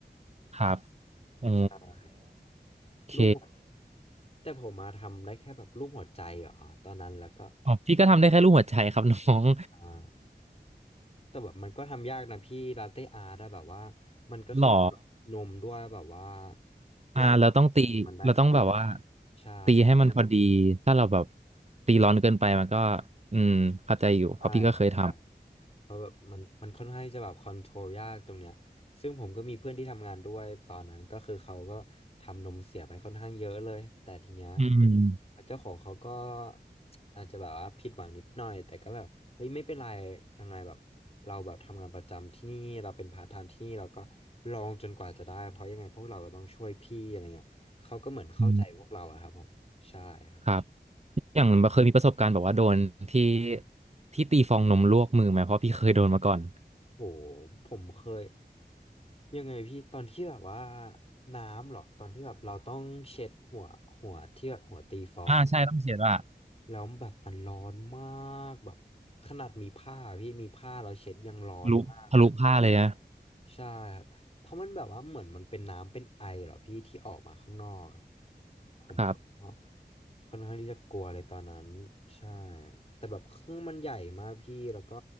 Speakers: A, on the right (about 40°); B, on the left (about 35°).
A: ครับโอ้
B: ใช่
A: โอเค
B: รูปหัวแต่ผมมาทำได้แค่แบบรูปหัวใจเหรอตอนนั้นแล้วก็
A: อ๋อพี่ก็ทำได้แค่รูปหัวใจครับ <laughs> น้อง
B: อ่าแต่แบบมันก็ทำยากนะพี่ลาเต้อาร์ตอะแบบว่ามันก็ขึ้นอยู่กับนมด้วยแบบว่า
A: <laughs> หรอ อ่าเราต้องตีเราต้องแบบว่า
B: เรากินมันได้แค่ไหน ใช่
A: ตีให้มันพอดีถ้าเราแบบตีร้อนเกินไปมันก็อืมเข้าใจอยู่เพราะพี่ก็เคยท
B: ใช่ครับเพราะแบบมันมันค่อนข้างที่จะแบบคอนโทรลยากตรงเนี้ยซึ่งผมก็มีเพื่อนที่ทำงานด้วยตอนนั้นก็คือเขาก็ทำนมเสียไปค่อนข้างเยอะเลยแต่ทีเนี้ย
A: ำอืม
B: เจ้าของเขาก็ <tsk> อาจจะแบบว่าผิดหวังนิดหน่อยแต่ก็แบบเฮ้ยไม่เป็นไรยังไงแบบเราแบบทำงานประจำที่นี่เราเป็นพาร์ทไทม์ที่นี่เราก็ลองจนกว่าจะได้เพราะยังไงพวกเราก็ต้องช่วยพี่อะไรเงี้ยเขาก็เหมือนเข้าใจพวกเราอะครับผมใช่ครับ
A: อืมครับอย่างเคยมีประสบการณ์แบบว่าโดนที่ที่ตีฟองนมลวกมือไหมเพราะพี่เคยโดนมาก่อน
B: โหผมเคยยังไงพี่ตอนที่แบบว่าน้ำเหรอตอนที่แบบเราต้องเช็ดหัวหัวที่แบบหัวตีฟองอะ
A: อ่าใช่ต้องเสียดว่า
B: แล้วแบบมันร้อนมากแบบขนาดมีผ้าพี่มีผ้าเราเช็ดยังร้อนมากเลย
A: ทะลุทะลุผ้าเลยนะ
B: ใช่ครับเพราะมันแบบว่าเหมือนมันเป็นน้ำเป็นไอเหรอพี่ที่ออกมาข้างนอกอะผมก็
A: ครับ
B: ค่อนข้างที่จะกลัวเลยตอนนั้นใช่แต่แบบเครื่องมันใหญ่มากพี่แล้วก็